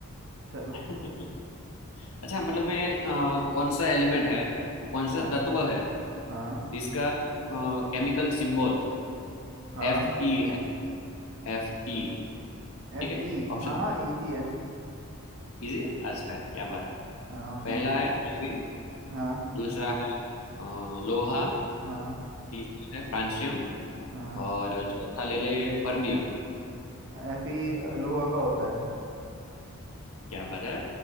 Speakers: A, on the right; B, on the left.
A: चलो
B: <laughs> अच्छा मतलब मैं अ, कौन सा एलिमेंट है कौन
A: हाँ
B: सा तत्व है
A: हाँ
B: जिसका केमिकल सिंबल
A: हाँ
B: एफ ई है F E
A: एफ
B: ठीक है
A: ई
B: ऑप्शन
A: हाँ हाँ इजी है
B: इजी है अच्छा
A: हाँ
B: क्या बात है
A: हाँ ऑप्शन
B: पहला
A: दो
B: है क्लोरीन
A: हाँ
B: दूसरा है अ, लोहा
A: हाँ
B: तीसरा है फ्रांशियम
A: हाँ
B: और चौथा ले ले फर्मियम
A: एफ ई लोहा का होता है
B: क्या बात है